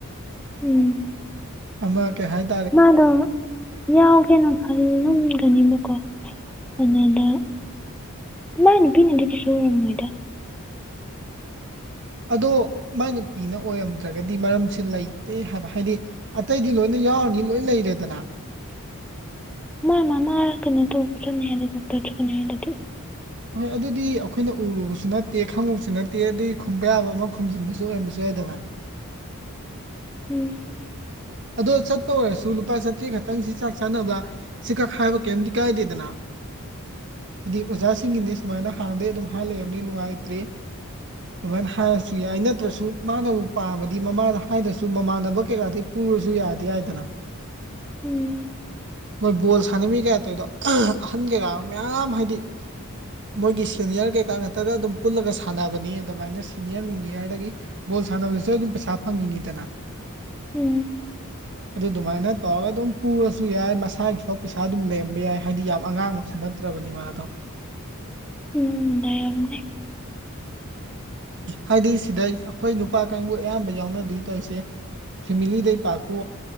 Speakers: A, in the centre; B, on the right.
A: ꯎꯝ
B: ꯑꯃ ꯀꯩ ꯍꯥꯏꯅꯤ
A: ꯃꯥꯗꯣ ꯌꯥꯎꯒꯦꯅ ꯈꯜꯂꯝꯒꯅꯤꯕꯀꯣ ꯑꯗꯨꯗ ꯃꯥꯏ ꯅꯨꯄꯤꯅꯗꯤ ꯀꯩꯁꯨꯜ ꯑꯣꯏꯔꯝꯃꯣꯏꯗ
B: ꯑꯗꯣ ꯃꯥꯏ ꯅꯨꯄꯤꯅ ꯑꯣꯏꯔꯝꯗ꯭ꯔꯒꯗꯤ ꯃꯔꯝꯁꯦ ꯂꯩꯇꯦ ꯍꯥꯏꯕ ꯍꯥꯏꯗꯤ ꯑꯇꯩꯗꯤ ꯂꯣꯏꯅ ꯌꯥꯎꯔꯅꯤ ꯂꯣꯏ ꯂꯩꯔꯦꯗꯅ
A: ꯃꯥ ꯃꯥ ꯃꯥ ꯀꯩꯅꯣ ꯇꯧꯕꯁꯨꯠꯅꯤ ꯍꯥꯏꯗꯤ ꯗꯣꯛꯇꯔ ꯆꯠꯀꯅꯤ ꯍꯥꯏꯗꯗꯤ
B: ꯍꯣꯏ ꯑꯗꯨꯗꯤ ꯑꯩꯈꯣꯏꯅ ꯎꯔꯨꯕꯁꯨ ꯅꯠꯇꯦ ꯈꯪꯉꯨꯕꯁꯨ ꯅꯠꯇꯦ ꯑꯗꯨꯏ ꯈꯨꯝꯕ ꯌꯥꯕ ꯑꯃ ꯈꯨꯝꯖꯤꯟꯕꯁꯨ ꯑꯣꯏꯔꯝꯕꯁꯨ ꯌꯥꯏꯗꯅ
A: ꯎꯝ
B: ꯑꯗꯣ ꯆꯠꯄ ꯑꯣꯏꯔꯁꯨ ꯂꯨꯄꯥ ꯆꯥꯇ꯭ꯔꯦꯠ ꯈꯛꯇꯪꯁꯤ ꯆꯥꯛ ꯆꯥꯅꯕ ꯁꯤ ꯈꯛ ꯍꯥꯏꯕ ꯀꯩꯝꯇ ꯀꯥꯏꯗꯦꯗꯅ ꯍꯥꯏꯗꯤ ꯑꯣꯖꯥꯁꯤꯡꯒꯤꯅꯤ ꯁꯨꯃꯥꯏꯅ ꯍꯥꯟꯅꯗꯒꯤ ꯑꯗꯨꯝ ꯍꯥꯟꯅ ꯂꯩꯕꯅꯤ ꯅꯨꯡꯉꯥꯏꯇ꯭ꯔꯤ ꯑꯗꯨꯃꯥꯏꯅ ꯍꯥꯏꯔꯁꯨ ꯌꯥꯏ ꯅꯠꯇ꯭ꯔꯁꯨ ꯃꯥꯅꯕꯨ ꯄꯥꯝꯃꯗꯤ ꯃꯃꯥꯗ ꯍꯥꯏꯗ꯭ꯔꯁꯨ ꯃꯃꯥꯟꯅꯕ ꯀꯩꯀꯥꯗꯤ ꯄꯨꯔꯁꯨ ꯌꯥꯗꯤ ꯌꯥꯏꯗꯅ
A: ꯎꯝ
B: ꯃꯣꯏ ꯕꯣꯜ ꯁꯥꯟꯅꯃꯤ ꯀꯌꯥ ꯇꯧꯏꯗꯣ ꯑꯍꯟ ꯀꯩꯀꯥ ꯃꯌꯥꯝ ꯍꯥꯏꯗꯤ ꯃꯣꯏꯒꯤ ꯁꯦꯅꯤꯌꯔ ꯀꯩꯀꯥ ꯉꯛꯇꯒ ꯑꯗꯨꯝ ꯄꯨꯜꯂꯒ ꯁꯥꯟꯅꯕꯅꯤ ꯑꯗꯨꯃꯥꯏꯅ ꯁꯦꯅꯤꯌꯔ ꯅꯨꯡꯅꯤꯌꯔꯗꯒꯤ ꯕꯣꯜ ꯁꯥꯟꯅꯕꯗꯁꯨ ꯑꯗꯨꯝ ꯄꯩꯁꯥ ꯐꯪꯉꯤꯅꯤꯗꯅ
A: ꯎꯝ
B: ꯑꯗꯨ ꯑꯗꯨꯃꯥꯏꯅ ꯇꯧꯔꯒ ꯑꯗꯨꯝ ꯄꯨꯔꯁꯨ ꯌꯥꯏ ꯃꯁꯥꯒꯤꯐꯥꯎ ꯄꯩꯁꯥ ꯑꯗꯨꯝ ꯂꯩꯔꯝꯕ ꯌꯥꯏ ꯍꯥꯏꯗꯤ ꯌꯥꯝ ꯑꯉꯥꯡꯃꯛꯁꯨ ꯅꯠ ꯅꯠꯇ꯭ꯔꯕꯅꯤ ꯃꯥ ꯗꯣ
A: ꯎꯝ ꯂꯩ ꯔꯝꯅꯦ
B: ꯍꯥꯏꯗꯤ ꯁꯤꯗ ꯑꯩꯈꯣꯏ ꯅꯨꯄꯥ ꯀꯥꯡꯕꯨ ꯑꯌꯥꯝꯕ ꯌꯥꯎꯅꯗꯧ ꯇꯧꯔꯤꯁꯦ ꯐꯦꯃꯤꯂꯤꯗꯩ ꯄꯥꯛꯄꯨ